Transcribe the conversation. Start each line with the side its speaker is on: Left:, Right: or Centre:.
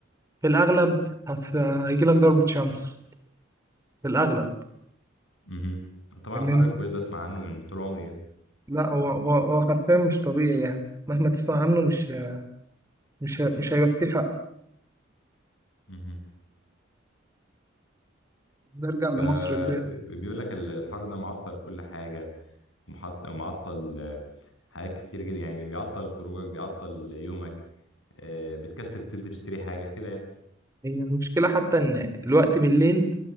Right: في الأغلب هت- هيجيلك ضربة شمس في الأغلب
Left: مهم. طبعا
Right: لأن
Left: حر
Right: أنت-
Left: الكويت بسمع عنه من طول عمري يعني
Right: لا هو هو هو حرفيا مش طبيعي يعني مهما تسمع عنه مش مش مش هيوفيه حق
Left: مهم.
Right: نرجع
Left: فبيقول
Right: لمصر تاني
Left: لك ال- الحر ده معطل كل حاجة ومحط- ومعطل آه، حاجات كتير جدا يعني بيعطل خروجك بيعطل يومك آه، بتكسل تنزل تشتري حاجة كده يعني
Right: هي المشكلة حتى إن الوقت بالليل